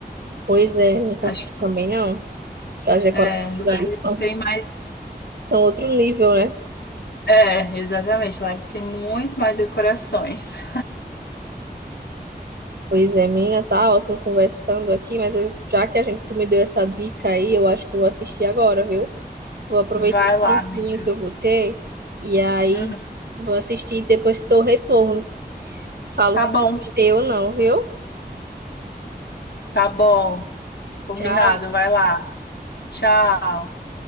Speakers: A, on the right; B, on the left.
A: Pois é, não consigo
B: Acho que
A: também não, porque as decorações
B: é, lá
A: ali
B: eles
A: são,
B: têm mais.
A: são outro nível, né?
B: É, exatamente. Lá eles têm muito mais decorações.
A: Pois é, menina, tá ótimo conversando aqui, mas eu, já que a gente, tu me deu essa dica aí, eu acho que eu vou assistir agora, viu? Vou aproveitar
B: Vai
A: o
B: lá,
A: tempinho
B: amiga.
A: que eu vou ter e aí
B: Uhum.
A: vou assistir e depois te dou o retorno. Falo
B: Tá
A: se
B: bom,
A: eu gostei ou não, viu?
B: tá bom. Combinado,
A: Tchau.
B: vai lá. Tchau.